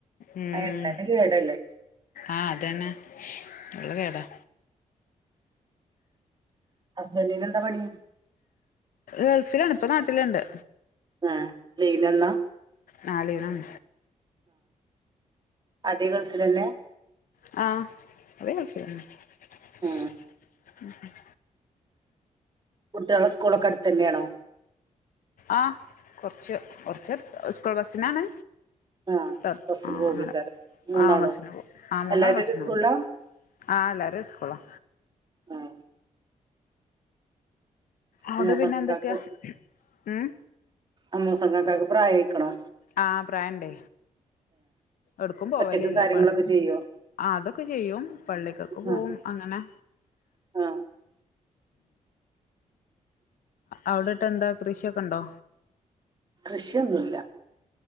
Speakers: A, on the left; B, on the right.
A: ഉം
B: ആ എണ്ണന്റെ കേടല്ലേ
A: ആഹ് അതന്നെ ഉള്ള കേടാ
B: ഹസ്ബൻഡന് എന്താ പണി?
A: ഗൾഫിലണപ്പ നാട്ടിലുണ്ട്
B: ആഹ ലീന എന്നാ
A: നാല്രം
B: ആതിയേ ഗൾഫിലന്നെ
A: ആ <unintelligible>
B: ആ കുട്ടികളെ സ്കൂളൊക്കെ അടുത്ത് തന്നെയാണോ
A: ആ കൊറച്ച് കുറച്ച് സ്കൂൾ ബസിനാണ്
B: ആ
A: ത
B: ബസ്സിന്
A: ആ
B: പോകാറ്
A: അങ്ങനെ
B: മൂന്നാളും
A: ആ വസിന് പോ വും ആ മൂന്നാൾ
B: എല്ലാവരും
A: വാസിനു
B: ഒരു സ്കൂളിലാ
A: പോകും ആ അല്ലാര സ്കൂളാ
B: ആ
A: അവിടെ
B: അമ്മോ
A: പിന്നെ
B: സക്ക്
A: എന്തൊക്കെയാ ഉം
B: അമ്മോ സംഗക്കക്ക് പ്രായ ഇക്കണോ
A: ആഹപ്രായണ്ടേ എടുക്കും പോവല
B: ഒറ്റക്ക്
A: ഇല്ല
B: കാര്യങ്ങളൊക്കെ ചെയ്യോ
A: അതൊക്കെ ചെയ്യും പള്ളിക്കൊക്കെ പോവും
B: ആ
A: അങ്ങനെ
B: ആ
A: അവിടെട്ട് എന്താ കൃഷിയൊക്കെ ഉണ്ടോ
B: കൃഷിയൊന്നുമില്ല